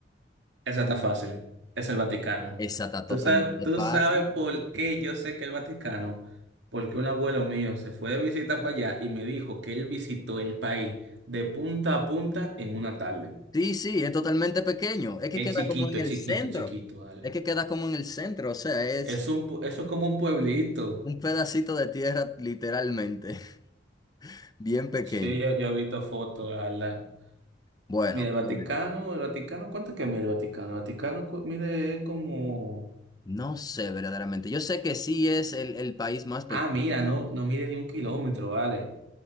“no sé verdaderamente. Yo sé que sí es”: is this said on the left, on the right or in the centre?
Left